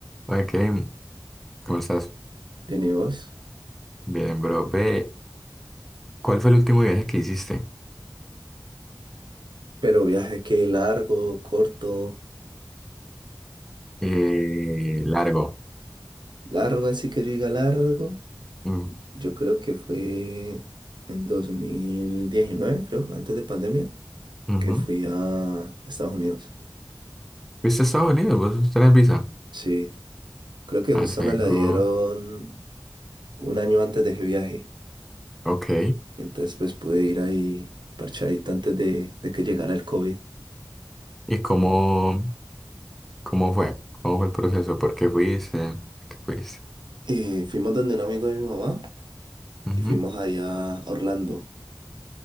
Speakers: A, in the centre; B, on the right.
A: Hola Kevin, ¿cómo estás?
B: Bien, ¿y vos?
A: Bien, bro. Ve, ¿cuál fue el último viaje que hiciste?
B: Pero viaje que largo, corto,
A: Eh, largo.
B: largo, así que yo diga largo.
A: Mm,
B: Yo creo que fue en 2019, creo, antes de pandemia,
A: ujú.
B: que fui a Estados Unidos.
A: ¿Fuiste a Estados Unidos? ¿Vos tenés visa?
B: Sí, creo que
A: Ah,
B: justo
A: seguro.
B: me la dieron un año antes de ese viaje.
A: Ok.
B: Y entonces pues pude ir ahí parchadito antes de, de que llegara el COVID.
A: ¿Y cómo, cómo fue? ¿Cómo fue el proceso? ¿Por qué fuiste? ¿Por ¿Qué fuiste?
B: Y fuimos donde un amigo de mi mamá
A: Ujú.
B: y fuimos allá a Orlando.